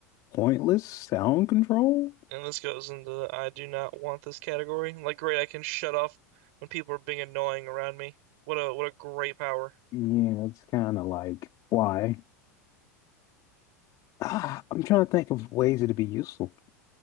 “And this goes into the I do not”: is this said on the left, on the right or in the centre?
Right